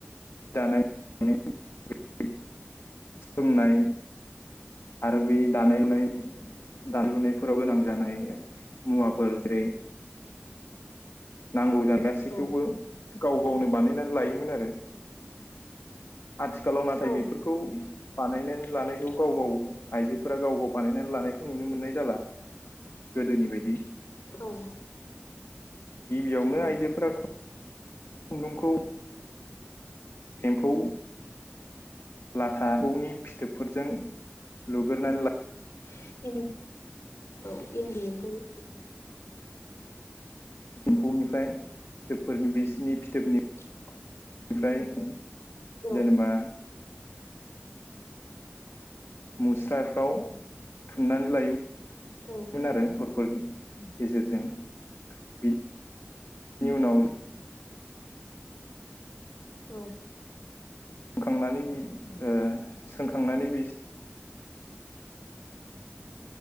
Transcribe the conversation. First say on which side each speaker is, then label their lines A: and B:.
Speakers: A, on the left; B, on the left.
A: जानाय <unintelligible> सोलोंनाय आरो बे दानाय-लुनाय दानाय-लुनायफोराव गोनां जानाय मुवाफोर जेरै नांगौ जानाय गासिखौबो
B: औ
A: गाव गावनो बानायनानै लायोमोन आरो आथिखालाव नाथाय
B: औ
A: बेफोरखौ बानायनानै लानायखौ गाव गाव आइजोफोरा गाव गाव बानायनानै लानायखौ नुनो मोननाय जाला गोदोनि बायदि
B: औ
A: गिबियावनो
B: औ
A: आइजोफोरा ख नोंखौ एमफौ लाथा एमफौनि फिथो थोबफोरजों लुग्रोरनानै
B: औ इनदि औ इनदि एमफौ ओ
A: एम्फौनिफ्राय फिथोबफोरनि बिसिनि फिथोब
B: <inaudible>
A: <unintelligible>
B: औ
A: जेनेबा मुस्राफ्राव थुननानै लायो
B: औ
A: मोन आरो <unintelligible> गेजेरजों बि नि उनाव
B: औ
A: खांनानै बै ओ सोंखांनानै बि <inaudible>